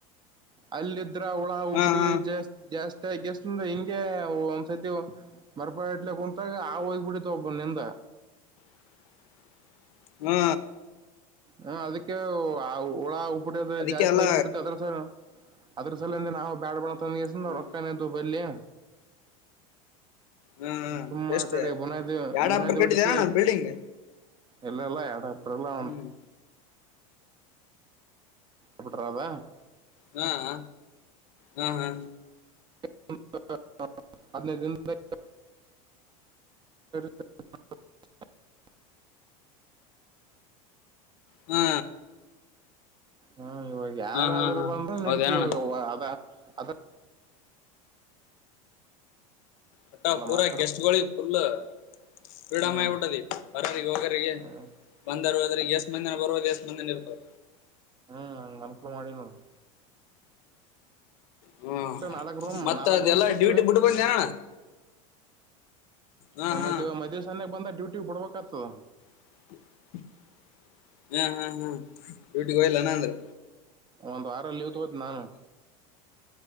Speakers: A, on the right; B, on the left.
A: ಅಲ್ಲದ <unintelligible> ಹುಳ ಹುಬಟಿ
B: ಹಾ ಹಾ
A: ಜಾಸ್ತಿ ಜಾಸ್ತಿ ಆಗಿ ಕೇಸಿಂದ್ರ ಹಿಂಗೆ ಒಂದ್ ಸತಿ <unintelligible> ಮರ ಪೆಟ್ಲೆ ಕುಂತಾಗ ಹಾವ ಹೋಗಿಬಿಟ್ಟಿತ್ತ ಅವ್ನ್ ಹಿಂದ.
B: <inaudible> ಹ.
A: ಹ ಅದಕ್ಕೆ ಹ ಹುಳ ಹುಬಟ್ಟಿ ಅದು
B: ಅದಕ್ಕೆ
A: ಜಾಸ್ತಿ
B: ಅಲ್ಲ
A: ಆಗಿ ಬಿಟ್ಟತ್ತ ಅದ್ರ ಸ. ಅದ್ರ ಸಲಂದೆ ನಾವು ಬ್ಯಾಡ್ ಬ್ಯಾಡ ಅಂತ ಕೆಸಿಂದ
B: ಹ್ಮ್
A: ರೊಕ್ಕನು ಇದ್ದು ಬಲ್ಲಿ.
B: ಹಾ
A: ಸುಮ್ಮ
B: ಎಷ್ಟ
A: ಅ ಕಡಿ ಬುನಾದಿ
B: ಎರಡ್
A: ಬುನಾದಿ
B: ಆಫ್ಟರ್ ಕಟ್ಟಿದೆ
A: ಹೊಡೆಸಿ.
B: ಅಣ್ಣ ಬಿಲ್ಡಿಂಗ್
A: ಎಲ್ಲಲ್ಲಾ ಯಾಡ್ ಹತ್ತರಲ <unintelligible>
B: ಹ್ಮ್
A: ಹತ್ತ <unintelligible> ಗ
B: ಹಾ ಹ ಹಾ ಹಾ.
A: <inaudible> ಹದಿನೈದ ದಿನದಲೆ. <inaudible> <unintelligible>
B: ಹಾ.
A: ಹ್ಮ್ ಇವಾಗ ಯಾರಾದ್ರೂ
B: ಹಾ ಹಾ
A: ಬಂದ್ರ ನಡತಿ
B: ಹೌದೇನಣ್ಣ
A: ಇವಾಗ ಅದ ಅದ.
B: ವಟ್ಟ ಪೂರಾ
A: ಮಾಸ್ತರ್
B: ಗೆಸ್ಟ್ ಗೋಳಿಗಿ ಫುಲ್. ಕ್ರೀಡಾಮಯ
A: ಹ್ಮ್
B: ಆಗಿ ಬಿಟ್ಟದಿ ಬರೋರಿಗಿ ಹೋಗೋರಿಗಿ
A: ಹ್ಮ್
B: ಬಂದರು. ಆದ್ರ ಎಸ್ ಮಂದಿನ ಬರ್ೋದು ಎಸ್ ಮಂದೇ ನಿಲತರ.
A: ಹ್ಮ್ ಹಂಗ ಅನ್ಕೂಲ ಮಾಡಿನ ನೋಡ್.
B: ಹ್ಮ
A: ನಾಲ್ಕ್ ರೂಮ್
B: ಮತ್ತತ್
A: ನಾಲ್ಕ್
B: ಅದೆ
A: ರೂಮ್
B: ಎಲ್ಲ
A: ಕಟ್ಟಿವಿ
B: ಡ್ಯೂಟಿ ಬಿಟ್ಟ ಬಂದನಣ ಹಾ
A: ನ ಮತ್ತ
B: ಹಾ
A: ಇ ಮದ್ ಸಾನಯಗ್ ಬಂದ ಡ್ಯೂಟಿಗ್ ಬಿಡ್ಬೇಕಾಗ್ತದ
B: ಹ ಹಾ ಹಾ ಹಾ ಡ್ಯೂಟಿಗೆ ಹಯಲ್ಲನಾ ಅಂದ್ರೆ
A: ಒಂದ ವಾರ ಲೀವ್ ತೊಗೊತೀನಿ ನಾನು.